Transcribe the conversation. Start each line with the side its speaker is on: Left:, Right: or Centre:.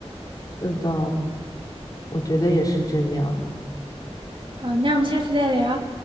Left: 是的，我觉得也是这样。
Right: 好，那我们下次再聊。